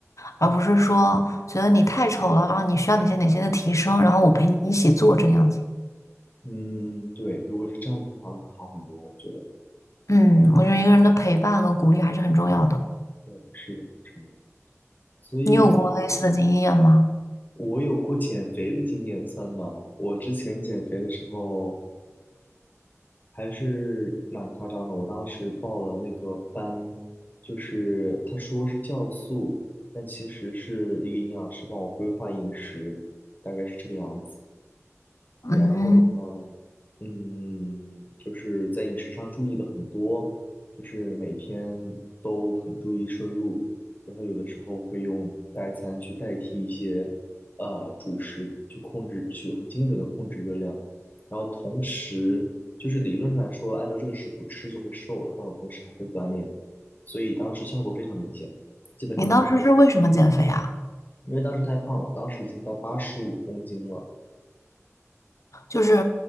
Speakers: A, on the left; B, on the left.
A: 而不是说觉得你太丑了然后你需要哪些哪些的提升，然后我陪你一起做这个样子。
B: 嗯，对，如果是这样子的话，那会好很多，我觉得。
A: 嗯，我觉得一个人的陪伴和鼓励还是很重要的。
B: 对，是的，我承认。所以我，
A: 你有过类似的经验吗？
B: 我有过减肥的经验，算吗？我之前减肥的时候，还是蛮夸张的。我当时报了那个班，就是他说是酵素，但其实是一个营养师帮我规划饮食，大概是这个样子。
A: 嗯，
B: 然后呢？嗯，就是在饮食上注意的很多，就是每天都很注意摄入，然后有的时候会用代餐去代替一些呃主食，去控制，去很精准的控制热量。然后同时，就是理论上来说，按照这个食谱吃就会瘦了，但我同时还在锻炼，所以当时效果非常明显，基本上每天都，
A: 你当时是为什么减肥啊？
B: 因为当时太胖了，当时已经到八十五公斤了，
A: 就是